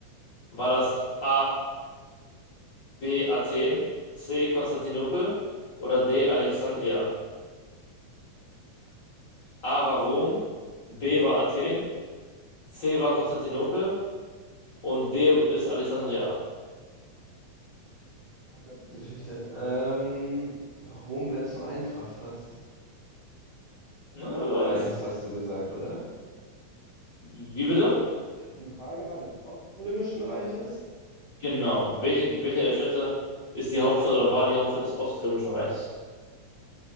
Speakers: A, on the left (about 80°); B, on the right (about 70°).
A: War das A, B, Athen, C, Konstantinopel oder D, Alexandria? A war Rom, B war Athen, C war Konstantinopel und D ist Alexandria.
B: <laughs> Geschichte. Ähm, Rom wäre zu einfach fast.
A: Na, wer weiß.
B: Reiches hast du gesagt, oder?
A: Wie bitte?
B: Die Frage war des Oströmischen Reiches.
A: Genau. Welche, welche der Städte ist die Hauptstadt oder war die Hauptstadt des Oströmischen Reichs?